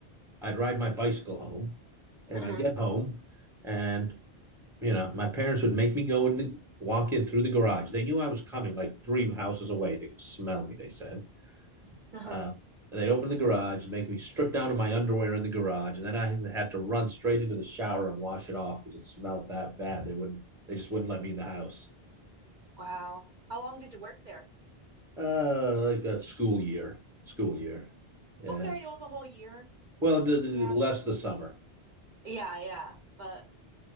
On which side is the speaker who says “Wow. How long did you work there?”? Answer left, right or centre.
Right